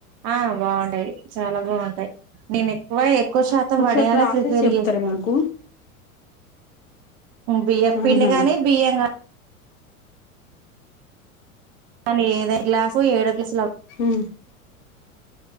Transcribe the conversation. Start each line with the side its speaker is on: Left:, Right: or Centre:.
Right: ఆ బాగుంటాయి చాలా బాగుంటాయి నేను ఎక్కువ ఎక్కువ శాతం
Left: ఒకసారి
Right: వడయాల
Left: ప్రాసెస్
Right: ప్రిపేర్
Left: చెప్తారా
Right: చేస్తాను
Left: మాకు
Right: బియ్య పిండి
Left: అవునా
Right: ని బియ్యం ని కానీ ఏదో గ్లాసు ఏడ గ్లాసు లు
Left: ఆ